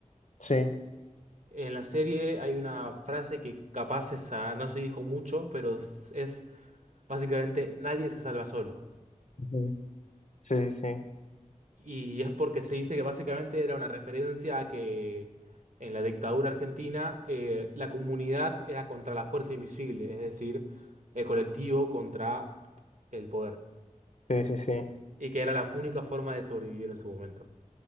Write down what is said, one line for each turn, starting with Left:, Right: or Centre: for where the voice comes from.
Left: Sí.
Right: En la serie hay una frase que capaz esa no se dijo mucho, pero es es básicamente nadie se salva solo.
Left: ujú. Sí, sí, sí,
Right: Y es porque se dice que básicamente era una referencia a que en la dictadura argentina eh, la comunidad era contra la fuerza invisible, es decir, el colectivo contra el poder.
Left: sí, sí, sí.
Right: Y que era la única forma de sobrevivir en su momento.